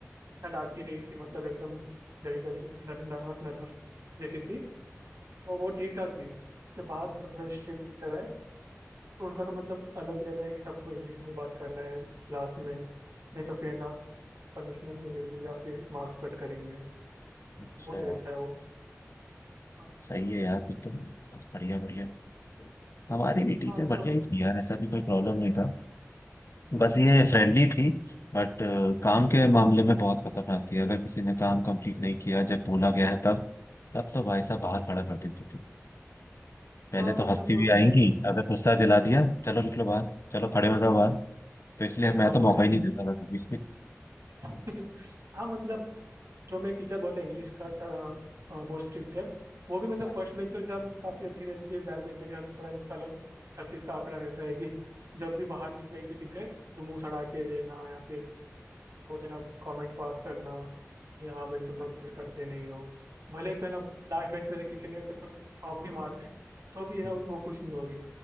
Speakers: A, on the right (about 70°); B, on the left (about 60°).
A: इतना डांटती नहीं थी मतलब एकदम डरी डरी नर, नर्वस नर्वस जैसी थी तो वो ठीक ठाक थी उसके बाद मतलब थोड़े स्ट्रिक्ट टीचर है तो उनका तो मतलब अलग ही रहता है कि सबको इंग्लिश में ही बात करना है क्लास में नहीं तो फिर ना पनिशमेंट मिलेगी या फिर मार्क्स कट करेंगे
B: अच्छा
A: बहुत रहता है वो हाँ
B: सही है यार फिर तो बढ़िया बढ़िया हमारी भी टीचर
A: हाँ, मतलब
B: बढ़िया ही थी यार ऐसा भी कोई प्रॉब्लम नहीं था बस ये फ्रेंडली थी बट काम के मामले में बहुत खतरनाक थी अगर किसी ने काम कंप्लीट नहीं किया जब बोला गया है तब तब तो भाई साहब बाहर खड़ा कर देती थी पहले
A: हाँ
B: तो
A: मतलब
B: हंसती भी आएंगी
A: फ्रेंड
B: अगर गुस्सा दिला दिया चलो निकलो बाहर चलो खड़े हो जाओ बाहर तो इसलिए मैं
A: हाँ
B: तो
A: मूड
B: मौका
A: स्विंग्स
B: ही नहीं देता था कभी भी।
A: <laughs> हाँ मतलब जो मेरी टीचर बहुत इंग्लिश का ट- अ, बहुत स्ट्रिक्ट है वो भी मतलब
B: हाँ।
A: फर्स्ट बेंचर के साथ काफ़ी अच्छी रहती है बैक बेंचर के साथ पता नहीं उसका अलग छत्तीस का आंकड़ा रहता है कि जब भी बाहर की कहीं पे दिख गए तो मुंह सड़ा के देना या फिर कुछ है ना कॉमेंट पास करना कि हाँ भाई तुम लोग कुछ करते नहीं हो भले तो है ना लास्ट बेंच में से किसी ने अगर कुछ टॉप भी मार दे तो भी है ना
B: हम्म।
A: वो खुश नहीं होगी